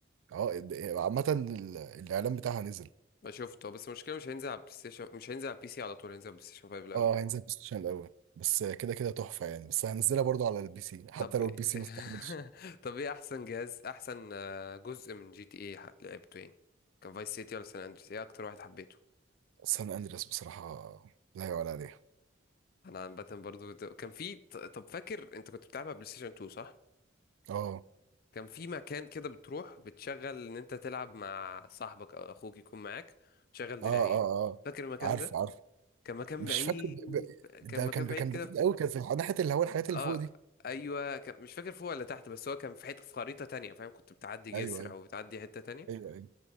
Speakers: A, on the right; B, on the left.
A: اه ال- عامه ال- الاعلان بتاعها نزل
B: ما شفته بس المشكله مش هينزل على بلاي ستيشن مش هينزل على بي سي على طول هينزل على بلاي ستيشن 5 الاول
A: اه هينزل بلاي ستيشن الاول بس كده كده تحفه يعني بس هنزلها برضو على البي سي حتى
B: طب
A: لو البي سي
B: <laughs>
A: ما استحملش
B: طب ايه احسن جهاز احسن آه، جزء من جي تي ايه لعبته يعني كان فايس سيتي ولا سان اندريس ايه اكتر واحد حبيته
A: سان اندريس بصراحة لا يعلى عليها
B: انا عامه برضو كنت- كان في ط- طب فاكر انت كنت بتلعبها بلاي ستيشن 2 صح
A: اه
B: كان في مكان كده بتروح بتشغل ان انت تلعب مع صاحبك او اخوك يكون معاك تشغل دراعين
A: اه اه اه
B: فاكر المكان
A: عارف
B: ده
A: عارف
B: كان مكان
A: مش
B: بعيد
A: فاكر ب- ب- ده
B: كان مكان
A: كان
B: بعيد
A: كان
B: كده
A: بعيد قوي كان في ناحية اللي هو الحاجات اللي
B: اه
A: فوق دي
B: ايوه كان مش فاكر فوق ولا تحت بس هو كان في حته في خريطه تانية فاهم كنت بتعدي جسر
A: ايوه ايوه
B: او بتعدي حته تانية
A: ايوه ايوه